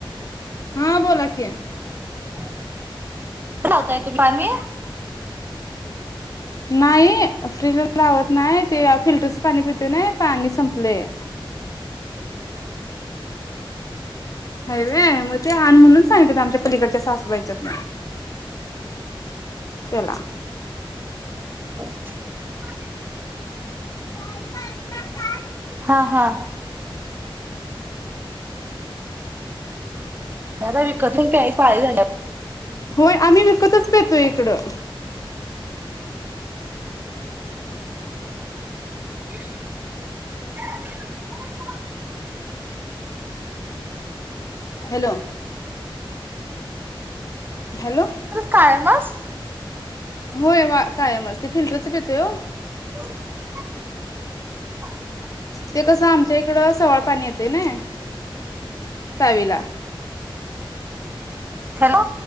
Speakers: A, on the left; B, on the right.
A: हा बोला कि.
B: कस लावताय ते पाणी.
A: नाही फ्रीजला लावत नाही ते फिल्टरच पाणी पितोय नाही पाणी संपलंय. हाय वे मग ते आण म्हणून सांगितल होत आमच्या पलीकडच्या सासूबाईच्यातून. त्यला!
B: <unintelligible>
A: <inaudible>
B: हा हा! ते आता विकत घेऊन प्याची पाळी झाल्या.
A: होय आम्ही विकतच पेतोय इकडं.
B: <inaudible>
A: Hello hello!
B: कायमच.
A: होय वा कायमच ते फिल्टरच पेतोय ओ.
B: ह <unintelligible>
A: ते कसं आमच्या इकड सवाळ पाणी येतंय नाही चावीला.
B: हॅलो